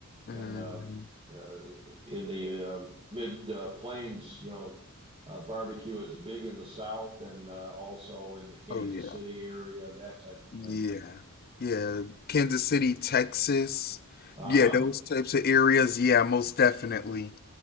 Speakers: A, on the left; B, on the right.
A: Mm.
B: and um, uh, in the um mid uh, plains, you know, uh, barbecue is big in the South and uh, also in the Kansas
A: Oh yeah,
B: City area, that type of
A: yeah,
B: thing.
A: yeah. Kansas City, Texas.
B: Uh-huh.
A: Yeah, those types of areas. Yeah, most definitely.